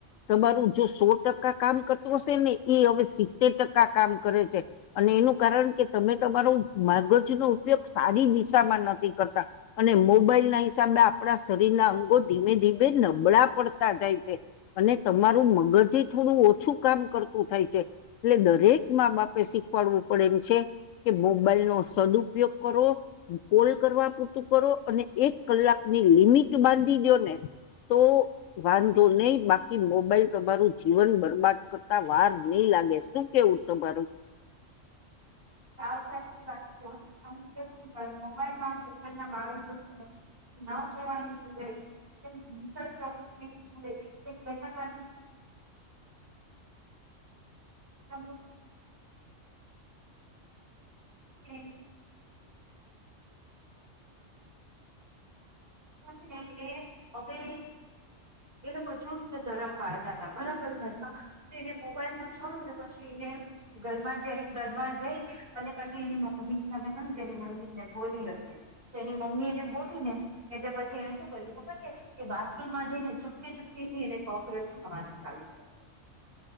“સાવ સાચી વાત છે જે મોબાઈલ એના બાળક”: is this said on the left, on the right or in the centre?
Right